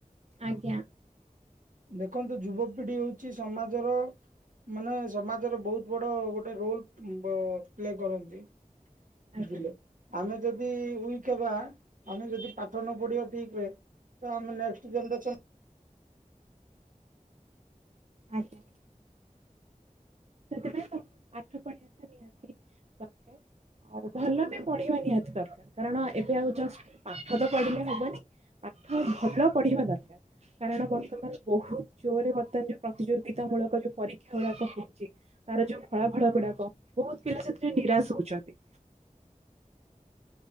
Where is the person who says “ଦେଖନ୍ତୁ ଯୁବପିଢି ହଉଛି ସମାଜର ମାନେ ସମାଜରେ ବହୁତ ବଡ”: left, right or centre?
Right